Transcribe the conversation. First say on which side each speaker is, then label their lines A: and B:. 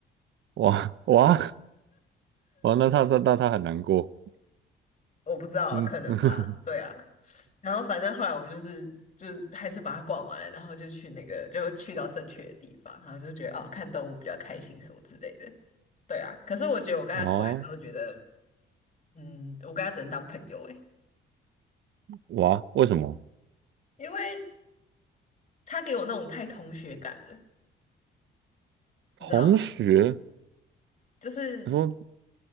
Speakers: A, on the right; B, on the left.
A: 哇哇哇，那他他那他很难过。
B: 我不知道，
A: 嗯，
B: 可能吧，
A: <laughs>
B: 对啊。然后反正后来我们就是就是还是把它逛完了，然后就去那个就去到正确的地方，然后就觉得哦，看动物比较开心什么之类的，对啊。可是我觉得我跟他出来之后，
A: 哦，
B: 觉得嗯，我跟他只能当朋友诶，
A: 哇，为什么？
B: 因为他给我那种太同学感了，你知道，
A: 同学，
B: 就是
A: 他说